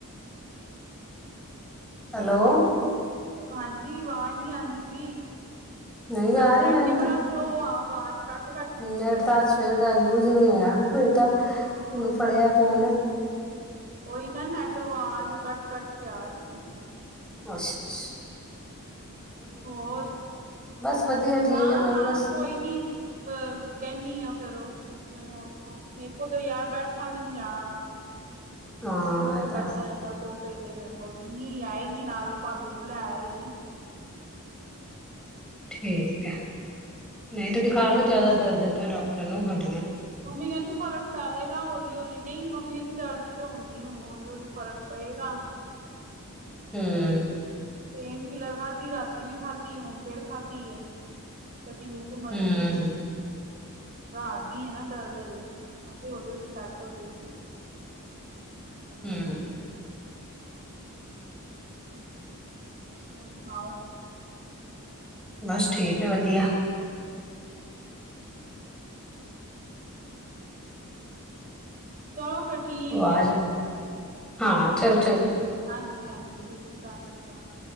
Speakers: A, in the centre; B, on the right (about 40°).
A: ਹੈਲੋ,
B: ਹਾਂਜੀ, ਅਵਾਜ਼ ਨਹੀਂ ਆਉਂਦੀ ਪਈ।
A: ਨਹੀਂ
B: ਤੁਹਾਡਾ
A: ਆ
B: ਨੈਟ
A: ਰਹੀ ਮੈਨੂੰ
B: ਹੀ
A: ਤਾਂ
B: ਬੜਾ ਸਲੋਅ ਆ। ਆਵਾਜ਼ ਘੱਟ-
A: ਨੈਟ ਦਾ ਸਵੇਰ ਦਾ ਯੂਜ਼, ਨਹੀਂ ਹੋਇਆ। ਹੋਏ ਤਾਂ
B: ਹਾਂ
A: ਹੁਣ ਫੜਿਆ ਫੋਨ।
B: ਉਹੀ ਨਾ, ਨੈਟ ਅਵਾਜ਼ ਕੱਟ ਕੱਟ ਕੇ ਆ ਰਹੀ ਹੈ।
A: ਅਸ਼ਸ਼-
B: ਹੋਰ,
A: ਬਸ ਵਧੀਆ ਠੀਕ
B: ਹਾਂ-
A: ਹੈ ਮੈਂ
B: ਹਾਂ
A: ਵੀ ਬਸ
B: ਕੋਈ ਨੀ, ਬ ਕੈਨੀ ਆ । ਫੇਰ ਉਹਨੂੰ ਕਹਿਣਾ ਉੱਠੋ ਮੇਰੇ ਕੋਲ ਤੇ ਯਾਰ ਬੈਠਾ ਵੀ ਨੀ ਜਾਣਾ ਹੂੰ।
A: ਹਾਂ
B: ਬੜੀ ਔਖੇ
A: ਇਹ ਤਾਂ
B: ਬੈਠਾ ਜਾਂਦਾ ਸੋ । ਫ਼ਿਰ ਜੇ ਮੇਰੇ ਕੋਲ ਮਿੰਨੀ ਆਏਗੀ ਨਾਲ ਭਾਬੀ ਨੂੰ ਲੈ ਆਏਗੀ। <inaudible> ਹਮ <inaudible>
A: ਠੀਕ ਹੈ ਨਹੀਂ ਤੇ ਦਿਖਾ ਲੋੋ ਜਿਆਦਾ ਦਰਦ ਹੈ ਤਾਂ ਡਾਕਟਰ ਨੂੰ ਹੁਣ।
B: ਮੰਮੀ ਕਹਿੰਦੀ ਫ਼ਰਕ ਪੈ ਜਾਏਗਾ ਹੌਲੀ ਹੌਲੀ ਨਹੀਂ ਮੰਮੀ ਕਹਿੰਦੀ ਦਰਦ। ਹੁੰਦੀ ਹੁਣ ਹੌਲੀ ਹੌਲੀ ਫ਼ਰਕ ਪਏਗਾ।
A: ਹਮ
B: ਤੇ ਪੇਨ ਕਿਲਰ ਖਾਧੀ ਰਾਤੀ ਵੀ ਖਾਧੀ ਹੁਣ ਫੇਰ ਖਾਧੀ ਏ। ਤੇ ਟਿਊਬ ਮਾਲੀ
A: ਹੂੰ,
B: ਏ। ਰਾਤ ਦੀ ਹੈ ਨਾ ਦਰਦ ਅਜੇ ਆਪੇ ਹੌਲੀ ਹੌਲੀ। ਸੈੱਟ ਹੋ ਜਾਏਗੀ। ਹੂੰ
A: ਹਮ
B: ਹੋਰ ਸੁਣਾਓ?
A: ਬਸ ਠੀਕ ਹੈ ਵਧੀਆ।
B: ਹਾਂਜੀ ਚਲੋ ਅੱਛਾ ਠੀਕ
A: ਆਵਾਜ਼
B: ਹੈ।
A: ਹਾਂ ਚਲ
B: ਹਾਂਜੀ ਹਾਂਜੀ, ਠੀਕ ਸੀ। ਸਤਿ ਸ੍ਰੀ ਅਕਾਲ।